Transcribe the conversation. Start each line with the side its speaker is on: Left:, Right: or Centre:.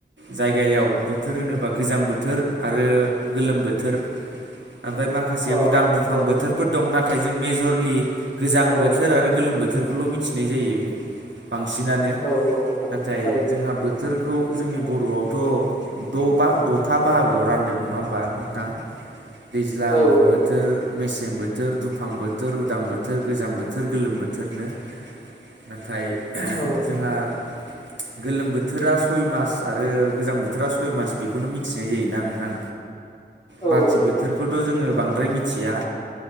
Right: जायगायाव बोथोर होनोबा गोजां बोथोर आरो गोलोम बोथोर ओमफाय माखासे
Left: अ
Right: उदां दुफां
Left: औ
Right: बोथोरफोर दं नाथाय जों मेजर लि गोजां
Left: औ औ
Right: बोथोर आरो गोलोम बोथोरखौल' मिथिनाय जायो बांसिनानो
Left: औ नोंथां
Right: नाथाय
Left: थारैनो
Right: जोंहा बोथोरखौ जोंनि
Left: औ
Right: बर'आवथ' द बा द'था बाहागोआव रानदों नङा होमबा नोंथां? दैज्लां
Left: औ औ
Right: बोथोर,
Left: नोंथां
Right: मेसें बोथोर, दुफां बोथ बोथोर, उदां बोथोर, गोजां बोथोर, गोलोम बोथोरनो नाथाय
Left: औ नोंथां
Right: जोंहा गोलोम बोथोरा सय मास आरो गोजां बोथोरा सय मास बेखौनो मिथिनाय जायोना नोंथां।
Left: औ
Right: बाखि
Left: नोंथां
Right: बोथोरखौथ'
Left: उम,
Right: जोङो बांद्राय मिथिया